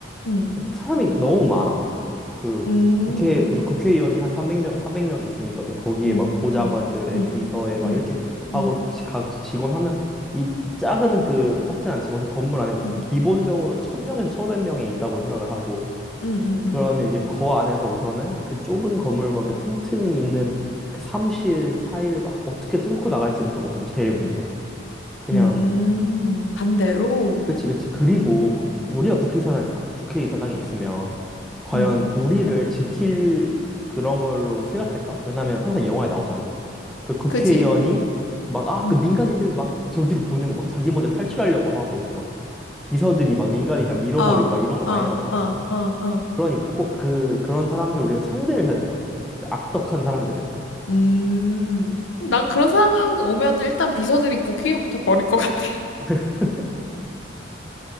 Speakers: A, on the left; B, in the centre.
A: 응,
B: 사람이 너무 많아. 그
A: 응,
B: 국회 우선 국회의원이 한 300명 300명이 있으니까 그럼 거기에
A: 응,
B: 막 보좌관들의
A: 응, 응,
B: 비서에 막
A: 응,
B: 이렇게 하고
A: 응, 응,
B: 지- 각 직원 하면 이 작은 그뭐 작진 않지만 그 건물 안에 우선
A: 응,
B: 기본적으로 1000명에서 1500명이 있다고 생각을 하고
A: 응,
B: 그러면 이제 거 안에서 우선은 그 좁은 건물과 그 틈틈이 있는 그 사무실 사이를 막 어떻게 뚫고 나갈지부터가 우선 제일 문제야. 그냥
A: 응, 응. 반대로?
B: 그치, 그치. 그리고 우리가 국회의사당, 국회의사당에 있으면 과연
A: 응,
B: 우리를 지킬 그런 걸로 생각할까? 왜냐면 항상 영화에 나오잖아. 그 국회의원이
A: 그지?
B: 막, 아,
A: 응,
B: 그 민간인들 막 저기로 보내고 막 자기 먼저 탈출하려고 하고 막 비서들이 막 민간인 그냥 밀어버리고
A: 어,
B: 막 이런 거
A: 어,
B: 많이
A: 어,
B: 나오잖아.
A: 어, 어.
B: 그러니까 꼭 그, 그런 사람들 우리가 상대를 해야 된다고. 그 악덕한 사람들을.
A: 음. 난 그런 상황 오면 일단 비서들이 국회의원부터 버릴 것 같아.
B: <laughs>